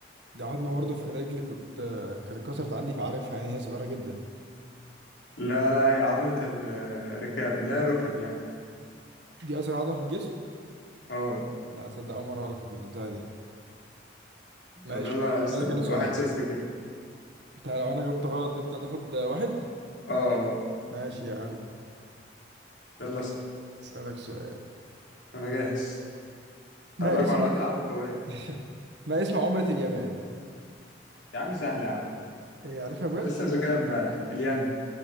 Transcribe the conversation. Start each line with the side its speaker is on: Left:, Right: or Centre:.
Right: دي عظمه برضه في الرجل كنت آه، كانت اتكسرت عندي فعارفها يعني هي صغيره جدا
Left: لا لا هي عظمة الركاب لا ركب يعني
Right: دي أسرع عضلة في الجسم؟
Left: اه
Right: لا أصدق أول مرة أعرف البتاعة دي ماشي
Left: طب يلا
Right: أسألك
Left: اسأل
Right: أنا سؤال
Left: واحد صفر كده
Right: أنت لو أنا جبت غلط أنت هتاخد واحد
Left: اه اه.
Right: ماشي يا عم
Left: يلا اسأل
Right: أسألك سؤال
Left: انا جاهز
Right: ما
Left: خلي بالك
Right: اسم
Left: معلوماتي العامة قوية
Right: <laughs> ما اسم عملة اليابان؟
Left: يا عم سهلة يا عم
Right: إيه عارفها بجد؟
Left: لسه مذاكرها امبارح الين